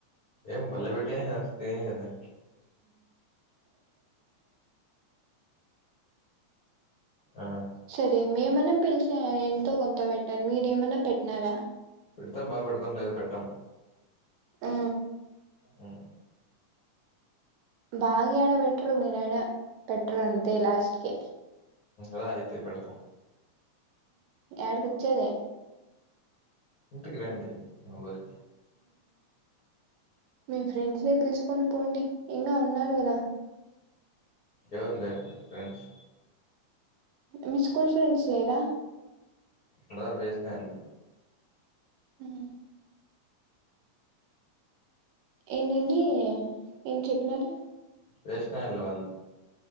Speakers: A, on the left; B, on the right.
A: ఏం బలే పెట్టేసి వస్తే దాని ఆ
B: సరే మేమన్నా పిలిచా ఎంతో కొంత పెట్టాలి మీరేమన్నా పెట్టినారా
A: పెడతా బాగా పెడతాం లేదా పెట్టాం
B: ఆ
A: మ్మ్
B: బాగా ఏడపెట్టారు మీరు యాడ పెటరు అంతే లాస్ట్ కి
A: రా అయితే పెడతాం
B: ఏడికి వచ్చేది
A: ఇంటికి రండి మఊరి
B: మీ ఫ్రెండ్స్ ని పిలుచుకొని పోండి ఇంగా ఉన్నారు కదా
A: ఎవరు లేరు ఫ్రెండ్స్
B: మీ స్కూల్ ఫ్రెండ్స్ లేరా
A: ఉండారు వేస్ట్ నాయిలు వాళ్ళు
B: ఉమ్ ఏమేమి ఏం చెప్పినారు
A: వేస్ట్ నాయిళ్ళు వాళ్ళు